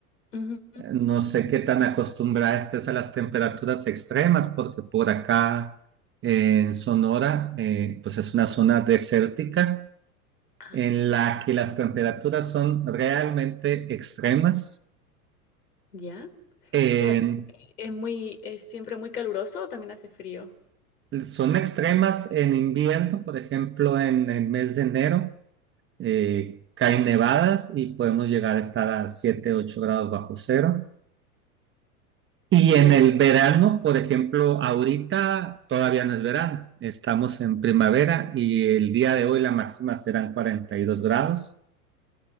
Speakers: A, on the left (about 80°); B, on the right (about 25°).
A: Ujú.
B: No sé qué tan acostumbrada estés a las temperaturas extremas, porque por acá eh, en Sonora, eh, pues es una zona desértica
A: Ah,
B: en la que las temperaturas son realmente extremas.
A: ya. O
B: En-
A: sea, sí, es muy, es siempre muy caluroso o también hace frío.
B: son extremas en invierno, por ejemplo, en el mes de enero, eh, caen nevadas y podemos llegar a estar a 7, 8 grados bajo cero. Y
A: Ya.
B: en el verano, por ejemplo, ahorita todavía no es verano, estamos en primavera y el día de hoy la máxima serán 42 grados.